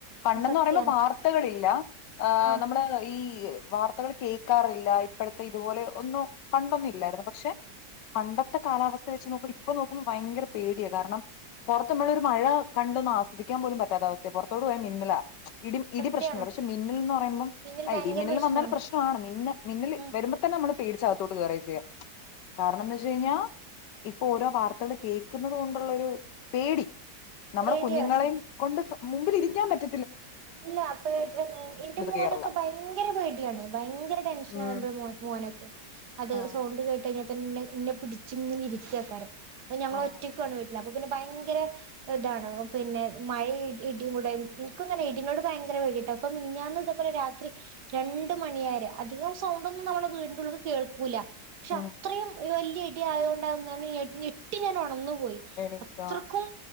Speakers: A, on the left; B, on the right.
A: പണ്ടന്ന്
B: സത്യാണ്
A: പറയുമ്പോ വാർത്തകളില്ല ആ
B: ആഹ്
A: നമ്മളെ ഈ വാർത്തകൾ കേൾക്കാറില്ല ഇപ്പോഴത്തെ ഇതുപോലെ ഒന്നും പണ്ടൊന്നും ഇല്ലായിരുന്നു പക്ഷേ പണ്ടത്തെ കാലാവസ്ഥ വെച്ച് നോക്കു ഇപ്പൊ നോക്കുമ്പോ ഭയങ്കര പേടിയ കാരണം പൊറത്ത് നമ്മളൊരു മഴ കണ്ടൊന്ന് ആസ്വദിക്കാൻ പോലും പറ്റാത്ത അവസ്ഥയാ പൊറത്തോട്ടു പോയാ മിന്നലാ ഇടി ഇടി
B: സത്യാണ്
A: പ്രശ്നം പക്ഷെ മിന്നൽ എന്ന് പറയുമ്പം
B: പിന്നിൽ
A: ആ
B: ഭയങ്കര
A: ഇടീം മിന്നലും
B: പ്രശ്നാണ്
A: വന്നാൽ പ്രശ്നമാണ് മിന്ന മിന്നല്
B: ഉം
A: വരുമ്പോ തന്നെ നമ്മള് പേടിച്ച് അകത്തോട്ട് കേറേ ചെയ്യാ കാരണം ന്താന്ന് വെച്ച് കഴിഞ്ഞാൽ ഇപ്പൊ ഓരോ വാർത്തകൾ കേൾക്കുന്നത് കൊണ്ടുള്ളൊരു പേടി നമ്മുടെ
B: പേടിയാണ്
A: കുഞ്ഞുങ്ങളെയും
B: സ
A: കൊണ്ട് ഫ മുമ്പിൽ ഇരിക്കാൻ പറ്റ
B: ഇല്ല അപ്പൊ എന്റെ മോനൊക്കെ
A: കേറല
B: ഭയങ്കര പേടിയാണ് ഭയങ്കര ടെൻഷനാണ്
A: ഉം
B: മോനൊക്കെ അത്
A: ആഹ്
B: സൗണ്ട് കേട്ട കഴിഞ്ഞാൽ തന്നെ എന്നെ പിടിച്ച് ഇങ്ങനെ ഇരിക്ക കാരം അപ്പ ഞങ്ങൾ
A: ആഹ്
B: ഒറ്റക്കാണ് വീട്ടില് അപ്പൊ പിന്നെ ഭയങ്കര ഇതാണ് പിന്നെ മഴ ഇടിയും കൂടെ എനക്ക് ഇടിനോട് ഭയങ്കര പേടിയട്ടോ അപ്പ മെനിങ്ങാന്ന് ഇതേപോലെ രാത്രി രണ്ട് മണിയരെ അധികം സൗണ്ട് ഒന്നും നമ്മള വീടിൻ്റുള്ളിൽ കേൾക്കൂല്ല പക്ഷെ
A: ഉം
B: അത്രയും വലിയ ല്ല്യടി ആയോണ്ടന്നു ഞൻ ഞെട്ടി ഞാൻ ഒണന്നു. പോയി
A: എണീറ്റാ
B: അത്രക്കും